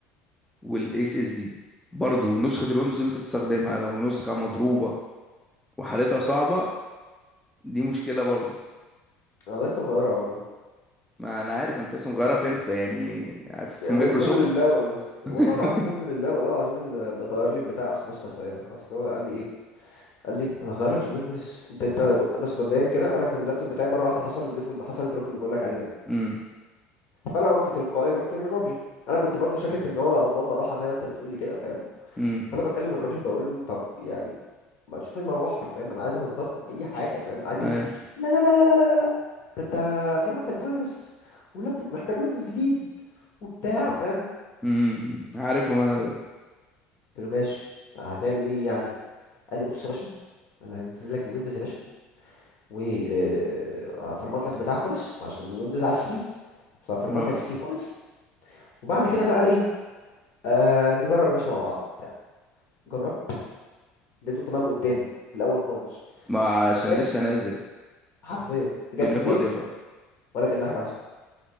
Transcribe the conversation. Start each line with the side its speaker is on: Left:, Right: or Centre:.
Centre: والاس اس دي برضو نسخة الويندوز اللي انت بتستخدمها لو نسخة مضروبة وحالتها صعبة دي مشكلة برضو
Left: انا لسه مغيرها والله
Centre: ما انا عارف انت لسه مغيرها فين في يعني في
Left: من
Centre: مايكروسوفت
Left: منه لله والله
Centre: <laughs>
Left: والله العظيم منه لله والله العظيم اللي اللي غير لي البتاع اصل بص افهمك اصل هو قال لي ايه قال لي انا هغير لك الويندوز انت انت ب- بس مبدئيا كده انا كنت اللابتوب بتاعي مره واحده حصل لقيته اللي حصل الدروب اللي بقول لك عليه ده
Centre: امم
Left: فانا قمت تلقائي رحت للراجل انا كنت برضو شاكك ان هو موضوع المروحه زي ما انت بتقول لي كده فاهم
Centre: امم
Left: فانا بكلم الراجل بقول له طب يعني ما تشوف المروحه فاهم انا عايز انضفها اي حاجه فاهم قاعد يقول
Centre: ايوه
Left: لي لا لا لا لا لا لا لا ده انت في عندك فيروس واللابتوب محتاج ويندوز جديد وبتاع فاهم
Centre: امم عارفهم انا دول
Left: قلت له ماشي هتعمل ايه يعني قال لي بص يا باشا انا هنزل لك الويندوز يا باشا وفرمت لك البتاع خالص عشان الويندوز على السي ففرمت
Centre: اه
Left: لك السي خالص وبعد كده بقى ايه آه نجرب يا باشا مع بعض وبتاع جربت لقيته تمام قدامي في الاول خالص
Centre: ما عشان
Left: رجعت
Centre: لسه نازل
Left: حرفيا
Centre: الدنيا
Left: رجعت البيت
Centre: فاضية خالص
Left: ولا كان حاجه حصلت